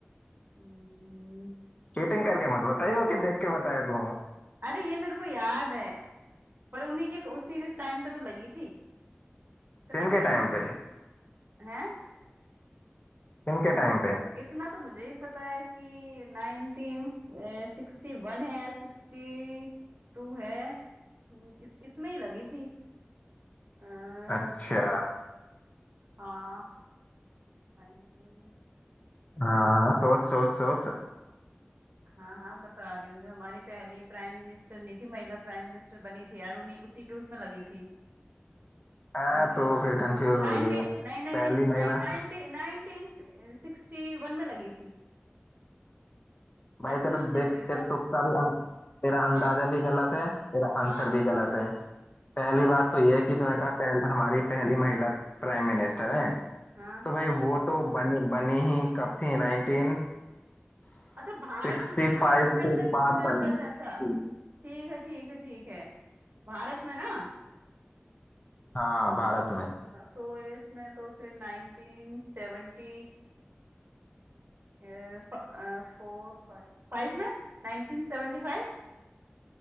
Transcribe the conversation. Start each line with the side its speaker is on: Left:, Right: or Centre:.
Right: हम्म,
Left: चीटिंग करके मत बताइयो कि देख के बताया तू
Right: अरे ये मेरे को याद है पर उन्हीं के उसी के टाइम पे तो लगी थी इतना
Left: किन
Right: तो
Left: के
Right: यार
Left: टाइम
Right: मुझे
Left: पे
Right: है
Left: किन के टाइम पे
Right: इतना तो मुझे ही पता है कि नाइनटीन सिक्सटी वन है या सिक्सटी टू है हम्म, इस इसमें ही लगी थी अ,
Left: अच्छा
Right: ये थी हाँ 19
Left: हाँ सोच सोच सोच
Right: हाँ हाँ बता रही हूँ जो हमारी पहली प्राइम मिनिस्टर नहीं थी महिला प्राइम मिनिस्टर बनी थी यार उन्हीं उसी के उसमें लगी थी
Left: आ
Right: उनका नाम
Left: तो फिर कंफ्यूज
Right: नाइनटीन
Left: हो रही है
Right: नहीं नहीं
Left: पहली
Right: नहीं
Left: महिला
Right: नाइनटी नाइनटीन सिक्सटी वन में लगी थी
Left: भाई
Right: कंफ्यूज
Left: तेरा
Right: नहीं
Left: देख
Right: हो रही
Left: तेरे
Right: क-
Left: तुक्का भी अं, तेरा अंदाजा
Right: हाँ
Left: भी गलत है तेरा आंसर
Right: हाँ
Left: भी गलत है
Right: तो
Left: पहली
Right: कब
Left: बात
Right: लगी
Left: तो ये कि तूने कहा पहल, हमारी पहली महिला प्राइम मिनिस्टर है
Right: हाँ
Left: तो भाई वो तो बनी बनी ही कब थी नाइनटीन सिक्सटी
Right: अच्छा भारत में पूछी
Left: फाइव
Right: अच्छा अच्छा
Left: के
Right: अच्छा
Left: बाद
Right: अच्छा
Left: बनी
Right: अच्छा अच्छा
Left: थी
Right: अच्छा। ठीक है ठीक है ठीक है भारत में ना
Left: हाँ भारत में
Right: ना तो इसमें तो फिर nineteen seventy four five five में नाइनटीन सेवेंटी फाइव